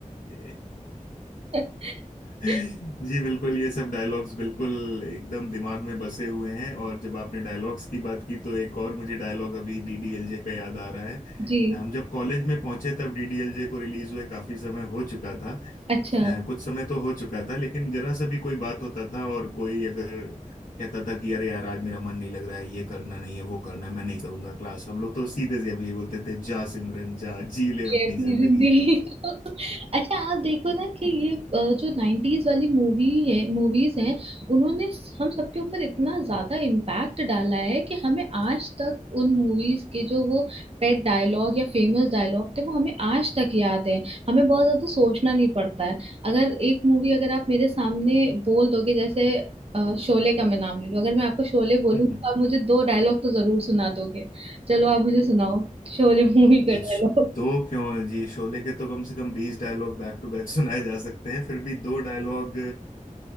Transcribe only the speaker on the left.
<laughs>
जी बिल्कुल ये सब डायलॉग्स बिल्कुल एकदम दिमाग में बसे हुए हैं और जब आपने डायलॉग्स की बात की तो एक और मुझे डायलॉग अभी डीडीएलजे का याद आ रहा है
हम जब कॉलेज में पहुंचे तब डीडीएलजे को रिलीज हुए काफी समय हो चुका था
अ, कुछ समय तो हो चुका था लेकिन जरा सा भी कोई बात होता था और कोई अगर कहता था कि अरे यार आज मेरा मन नहीं लग रहा है ये करना नहीं है वो करना है मैं नहीं करूंगा क्लास हम लोग तो सीधे से अब यही बोलते थे जा सिमरन जा जी ले अपनी
जिंदगी
<laughs>
जी
श- दो क्यों जी शोले के तो कम से कम बीस डायलॉग बैक टू बैक <laughs> सुनाए जा सकते हैं फिर भी दो डायलॉग